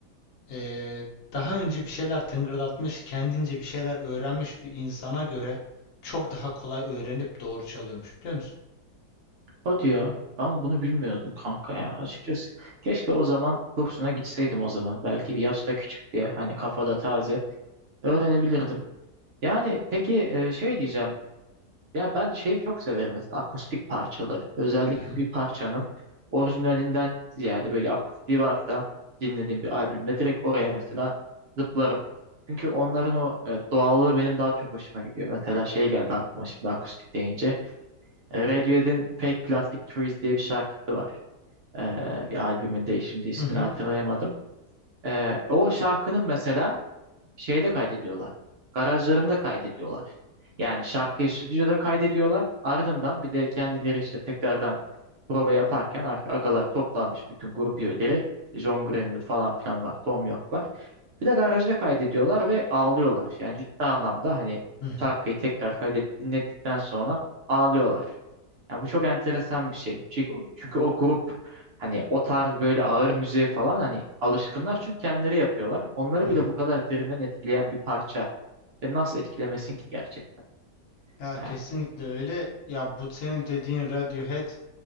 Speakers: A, on the left; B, on the right.
A: eee, daha önce bir şeyler tıngırdatmış, kendince bir şeyler öğrenmiş bir insana göre çok daha kolay öğrenip doğru çalıyormuş biliyor musun?
B: O diyor ben bunu bilmiyordum kanka ya açıkçası. Keşke o zaman kursuna gitseydim o zaman belki bir yaşta küçük diye hani kafada taze öğrenebilirdim. Yani peki e, şey diyeceğim. Ya ben şeyi çok severim mesela akustik parçaları. Özellikle
A: Mhm,
B: bir parçanın orijinalinden ziyade böyle akustiği varsa dinlediğim bir albümde direkt oraya mesela zıplarım. Çünkü onların o e, doğallığı benim daha çok hoşuma gidiyor. Mesela şey geldi aklıma şimdi akustik deyince. E, Radiohead'in Fake Plastic Trees diye bir şarkısı var. E, bir albümünde şimdi ismini
A: Hı hı,
B: hatırlayamadım. E, o şarkının mesela şeyde kaydediyorlar. Garajlarında kaydediyorlar. Yani şarkıyı stüdyoda kaydediyorlar. Ardından bir de kendileri işte tekrardan prova yaparken ar- agalar toplanmış bütün grup üyeleri. John Greenwood falan filan var. Tom York var. Bir de garajda kaydediyorlar ve ağlıyorlar. Yani ciddi anlamda hani
A: hı hı,
B: şarkıyı tekrar kaydet dinledikten sonra ağlıyorlar. Yani bu çok enteresan bir şey. Çünkü, çünkü o grup hani o tarz böyle ağır müziğe falan hani alışkınlar çünkü kendileri yapıyorlar. Onları
A: hı hı.
B: bile bu kadar derinden etkileyen bir parça. Ve nasıl etkilemesin ki gerçekten
A: Ya kesinlikle
B: yani.
A: öyle. Ya bu senin dediğin Radiohead